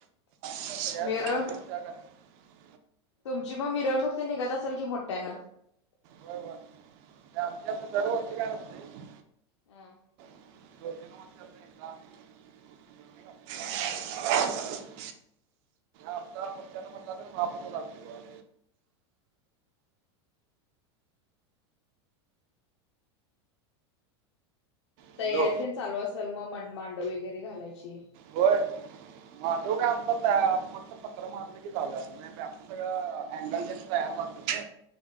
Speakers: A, on the right (about 55°); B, on the left (about 85°).
A: <inaudible>
B: मिरळ तुमची मग मिरवणूक ते निघत असेल की मोठ्यान?
A: वाय वाय आमच्या दरवर्षी काय नसतय.
B: ह.
A: दोन तीन वर्षातन एकदा अस
B: हा हा.
A: <inaudible> आमचा मोठ्यान म्हटला तर महाप्रसाद आसतोय. हॅलो
B: तयारी देण चालू असेल मग म मांडव वगैरे घालायची?
A: होय. ह मांडव काय आमचा त्या फक्त पत्रा मारल की झालं. बाकी सगळं अँगल तयार असत.